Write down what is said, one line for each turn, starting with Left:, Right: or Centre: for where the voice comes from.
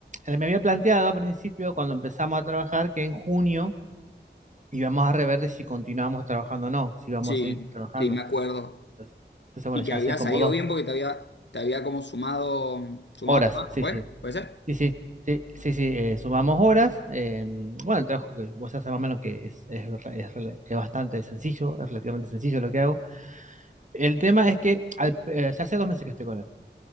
Right: él me había planteado al principio, cuando empezamos a trabajar, que en junio íbamos a rever de si continuábamos trabajando o no, si íbamos
Left: Sí,
Right: a seguir trabajando.
Left: sí, me acuerdo.
Right: Entonces, entonces, bueno,
Left: Y que
Right: ya
Left: había
Right: hace como
Left: salido
Right: dos
Left: bien porque te había, te había como sumado, sumado
Right: horas,
Left: trabajo,
Right: sí,
Left: pues,
Right: sí,
Left: ¿puede ser?
Right: sí, sí. Sí, sí, sí, eh, sumamos horas. eh, bueno, el trabajo que vos haces más o menos que es, es, re- es rela- es bastante sencillo, es relativamente sencillo lo que hago. El tema es que al- eh, ya hace dos meses que estoy con él.